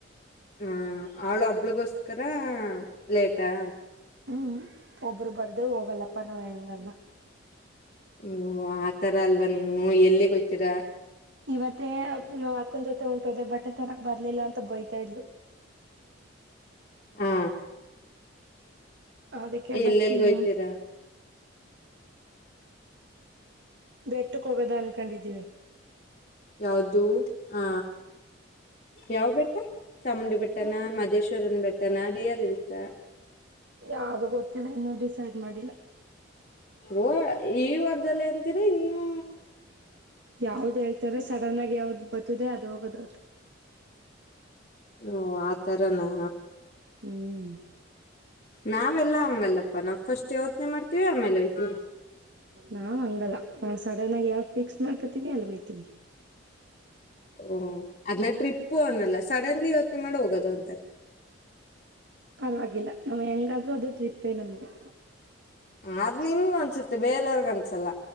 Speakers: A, on the left (about 40°); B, on the right (about 60°).
A: ಹ್ಮ ಅವಳು ಹಬ್ಬಳಗೋಸ್ಕರ ಲಟಾ
B: ಹ್ಮ್ ಒಬ್ರು ಬರ್ದು ಹೋಗಲ್ಲಪ್ಪಾ ನಾವ ಹೆಂಗಲ್ಲ
A: ಹ್ಮ ಆತರ ಅಲ್ವಾ ನೀವು ಎಲ್ಲಿಗೋಯ್ತೀರಾ
B: ಇವತ್ತೇ ಅಕ್ಕನ ಜೊತೆ ಉಂಟೋದೆ ಬಟ್ಟೆ ತರಕ್ ಬರ್ಲಿಲ್ಲ ಅಂತ ಮತ್ತ ಬಯತಾ ಇಲು
A: ಹಾ
B: ಅದಕ್ಕೆ
A: ಎಲ್ಲೆಲ್ಗೋಯ್ತೀರಾ
B: ಬರ್ತೀನಿ ಅಂತ ಬೆಟ್ಟಕ್ ಹೋಗೋದ ಅನ್ಕೊಂಡಿದೀವಿ
A: ಯಾವ್ದು ಆ ಯಾವ ಬೆಟ್ಟ ಚಾಮುಂಡಿ ಬೆಟ್ಟಣ
B: ಹ್ಮ್
A: ಮದೇಶ್ವರನ್ ಬೆಟ್ಟಣ ಬಿಯರ್ ಹಿಲ್ಸ
B: ಯಾವ್ದು ಗೊತ್ತಿಲ್ಲ ಇನ್ನುೂ ಡಿಸೈಡ್ ಮಾಡಿಲ್ಲ.
A: ಓ ಈ ವರ್ದದಲ್ಲಿ ಅಂತೀರಿ ನೀೂ.
B: ಯಾವ್ದ್ ಹೇಳ್ತಾರೆ ಸಡನ್ ಆಗಿ ಯಾವ್ದ್ ಬರ್ತದೆ ಅದದು ಹೋಗದ.
A: ಓ ಆತರನಾ.
B: ಹ್ಮ್.
A: ನಾವೆಲ್ಲ ಹಂಗಲ್ಲಪ್ಪಾ ನಾವವು ಫಸ್ಟ್ ಯೋಚ್ನೆ ಮಾಡ್ತೀವಿ ಆಮೇಲೆ ಹಯ್ತೀವಿ.
B: ನಾವ್ ಹಂಗಲ್ಲ ನಾ ಸಡನ್ ಆಗಿ ಯಾವ್ದ್ ಫಿಕ್ಸ್ ಮಾಡ್ಕೊತಿವಿ ಅಲ್ಲಿ ಹೋಯ್ತೀವಿ.
A: ಓ ಅದ್ಮೇ ಟ್ರಿಪ್ಪು ಅನ್ನಲ್ಲ ಸಡನ್ಲಿ ಯವತ್ನೆ ಮಾಡಿ ಹೋಗೋದು ಅಂತಾರೆ. <inaudible>
B: ಪರವಾಗಿಲ್ಲ ನಾವ್ ಹೆಂಗಾದ್ರರು ಅದು ಟ್ರಿಪ್ಪೇ ನಮ್ಗೆ.
A: ಅದ್ ನಿಮ್ ಅನ್ಸುತ್ತೆ ಬೇರೆಯವರ್ಗ್ ಅನ್ಸಲ್ಲ